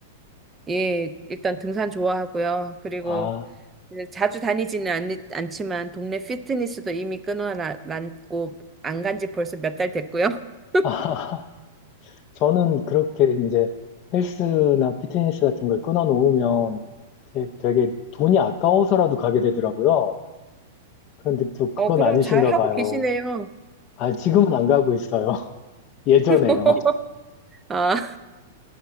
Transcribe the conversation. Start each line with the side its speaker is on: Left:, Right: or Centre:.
Right: 예, 일단 등산 좋아하고요. 그리고
Left: 아,
Right: 네, 자주 다니지는 않, 않지만 동네 피트니스도 이미 끊어놨고 안 간지 벌써 몇 달 됐고요. <laughs>
Left: <laughs> 아, 저는 그렇게 이제 헬스나 피트니스 같은 걸 끊어 놓으면 되게 돈이 아까워서라도 가게 되더라고요. 그런데 또 그건
Right: 어, 그럼
Left: 아니신가
Right: 잘 하고
Left: 봐요.
Right: 계시네요.
Left: 아, 지금은 안 가고 있어요. <laughs> 예전에요.
Right: <laughs> 아,